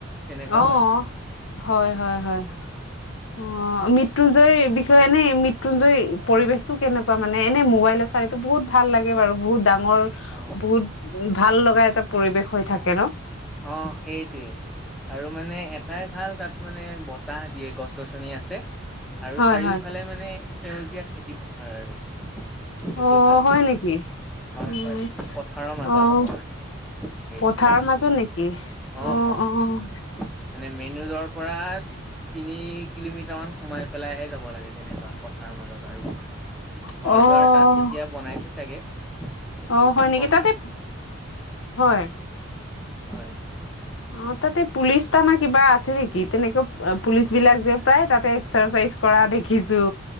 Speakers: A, in the centre; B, on the left.
A: তেনেকুৱা
B: অঁ',
A: হয়
B: হয়-হয়-হয়। অঁ', মৃত্যু সেই বিষয়ে এনেই মৃত্যুঞ্জয় পৰিৱেশ টো কেনেকুৱা মানে, এনেই মোবাইল আছে এইটো বহুত ভাল লাগে বাৰু বহুত ডাঙৰ,
A: অ
B: বহুত- উম' ভাল লগা এটা পৰিৱেশ হৈ থাকে ন।
A: অঁহ', সেইটোৱে। আৰু মানে এটাই ভাল তা'ত মানে বতাহ দিয়ে গছ-গছনি আছে। আৰু
B: হয়
A: চাৰিওফালে
B: হয়
A: মানে সেউজীয়া খেতি পথাৰ আৰু। সেইটো
B: অ
A: ভাল
B: হয় নেকি
A: হয়-হয়,
B: উম
A: পথাৰৰ মাজত
B: অ
A: অকণমান- সেউজীয়া
B: পথাৰৰ মাজত নেকি?
A: অঁ',
B: অ',
A: -অঁ',
B: অ',
A: মানে মেইন ৰোডৰ পৰা- তিনি কিলোমিটাৰ মান সোমাই পেলাই'হে যাব লাগে তেনেকুৱা। পথাৰ মাজত আৰু পৰে। ঘৰ-দুৱাৰ
B: অ',
A: তা'ত এতিয়া বনাইছে চাগে। কিন্তু
B: অ', -হয়
A: প্ৰথম
B: নেকি, তা'তে হয়।
A: হয়।
B: অ', তা'তে পুলিচ থানা কিবা আছে নেকি? তেনেকে পুলিচ বিলাক যে প্ৰায় তা'তে এক্সাৰচাইজ- কৰা দেখিছো,